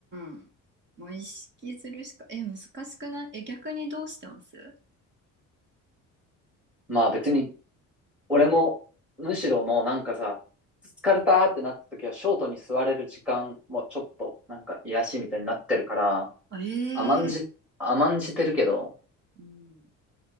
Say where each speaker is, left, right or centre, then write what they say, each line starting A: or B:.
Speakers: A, on the right; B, in the centre.
A: ん。もう意識するしか、え、難しくないえ、逆にどうしてます
B: まあ別に、俺も、むしろもうなんかさ、疲れたってなった時は、ショートに座れる時間もちょっと、なんか癒しみたいになってるから、
A: あ、
B: 甘んじ、
A: ええ
B: 甘んじてるけど、
A: うん。